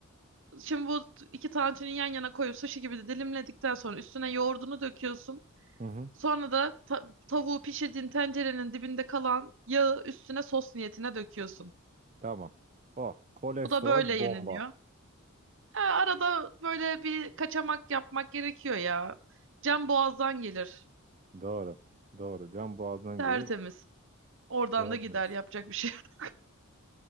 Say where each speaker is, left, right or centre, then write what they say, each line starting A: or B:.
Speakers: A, on the right (about 60°); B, on the right (about 35°).
A: Şimdi bu iki tantuni yan yana koyup sushi gibi de dilimledikten sonra üstüne yoğurdunu döküyorsun.
B: Hı hı,
A: Sonra da ta- tavuğu pişirdiğin tencerenin dibinde kalan yağı üstüne sos niyetine döküyorsun.
B: tamam. Oh, kolesterol
A: Bu da böyle
B: bomba.
A: yeniliyor. Ha, arada böyle bir kaçamak yapmak gerekiyor ya. Can boğazdan gelir.
B: Doğru. Doğru. Can boğazdan
A: Tertemiz.
B: gelir.
A: Oradan
B: Doğru
A: da gider
B: diyorsun.
A: yapacak bir şey. yok.